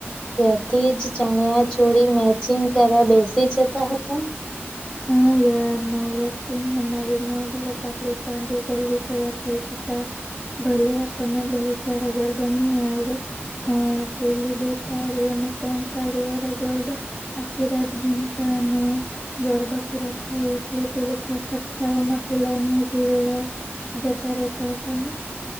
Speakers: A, on the left; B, on the left.
A: ત્યાથી જ ચણ્યાચોડી મેચિંગ કરવા બેસી જતા હતા.
B: હા યાર નવરાત્રી ના નવે નવ દિવસ આપડે સાંજે જલ્દી તૈયાર થઇ જ તા ભલે આપણને બહ સારા ગરબાની આવડે પણ પેલી બે તાળી અને ત્રણ તાળી વાળા ગરબા આખી રાત ગુમતા અને ગરબા પૂરા થાય એટલે પેલો પ્રસાદ ખાવા માટે લાઈન ઉભી રહેવા જતા. રેતા હતાને.